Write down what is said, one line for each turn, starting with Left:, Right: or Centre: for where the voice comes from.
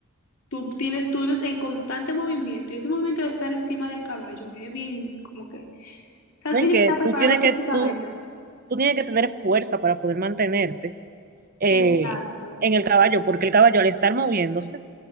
Left: tú tienes, tú vives en constante movimiento y ese movimiento de estar encima del caballo es bien como que, o sea,
Right: No,
Left: tú tienes
Right: y que
Left: que estar preparado
Right: tú tienes
Left: físicamente.
Right: que, tú, tú tienes que tener fuerza para poder mantenerte eh,
Left: Exacto.
Right: en el caballo, porque el caballo al estar moviéndose,